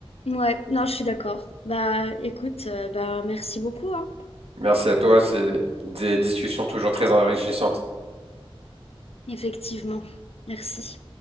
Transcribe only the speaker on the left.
Ouais, non, je suis d'accord. Bah écoute, euh, bah merci beaucoup, hein.
Effectivement. Merci.